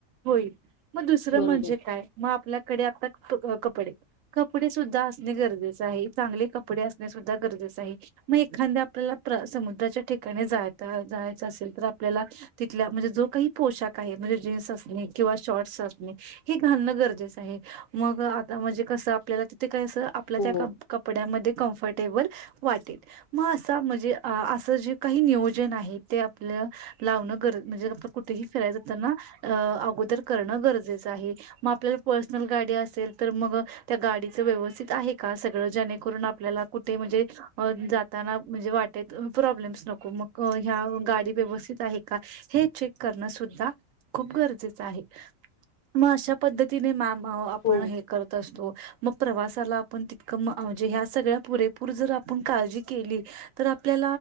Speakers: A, on the right (about 75°); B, on the left (about 50°).
A: होईल मग दुसर
B: बरोबर
A: म्हणजे काय मग आपल्याकडे आता - कपडे कपडे सुद्धा असणे गरजेच आहे चांगले कपडे असणे सुध्दा जर गरजेच आहे मग एखांद्या आपल्याला प्र समुद्राच्या ठिकाणी जाता जायच असेल तर आपल्या तिथल्या म्हणजे जो काही पोशाख आहे म्हणजे जीन्स अस किंवा शॉर्टस असणे हि घालणं गरजेचं आहे मग आता म्हणजे कसं आपल्याला तिथे <inaudible> आपल्या
B: हो
A: त्या - कपड्यामध्ये कंफर्टेबल वाटे मग अस म्हणजे अस जी काही नियोजन आहे ते आपल्या लावण <inaudible> म्हणजे <inaudible> कुठेही फिरताना अगोदर करणं गरजेचं आहे मग आपल्याला पर्सनल गाडी असेल तर मग त्या गाडीच व्यवस्थित आहे का सगळं जेणे करून आपल्याला कुठे म्हणजे जाताना म्हणजे वाटेत प्रॉब्लेम्स नको मग ह्या गाडी व्यवस्थित का हे चेक करण सुद्धा खूप गरजेच आहे मग अशा पद्धतीने मामा आपण
B: हो
A: हे करत असतो मग प्रवासाला आपण तितकं - म्हणजे ह्या सगळ्या पुरेपूर जर आपण काळजी केली तर आपल्या